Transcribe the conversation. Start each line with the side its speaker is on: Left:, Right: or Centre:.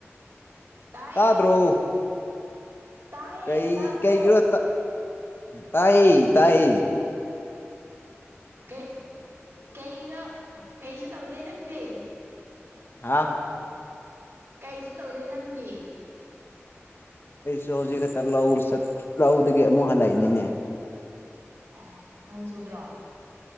Right: ꯇꯥꯏꯌꯦ
Left: ꯇꯥꯗ꯭ꯔꯣ
Right: ꯇꯥꯏꯌꯦ
Left: ꯀꯩ
Right: ꯇꯥꯗ꯭ꯔꯣ
Left: ꯀꯩ ꯀꯩꯅꯣ ꯇꯥꯏꯌꯦ ꯇꯥꯏ
Right: ꯩ ꯀꯩꯒꯤꯗꯣ ꯀꯩꯁꯨ ꯇꯧꯗꯦ ꯅꯪꯗꯤ
Left: ꯍꯥꯥ
Right: ꯀꯩꯁꯨ ꯇꯧꯗꯦ ꯅꯪꯗꯤ
Left: ꯑꯩꯁꯨ ꯍꯧꯖꯤꯛ ꯈꯛꯇ ꯂꯧ ꯂꯧꯗꯒꯤ ꯑꯃꯨꯛ ꯍꯜꯂꯛꯏꯅꯤꯅꯦ
Right: ꯑꯦ ꯅꯣꯡ ꯆꯨꯗ꯭ꯔꯣ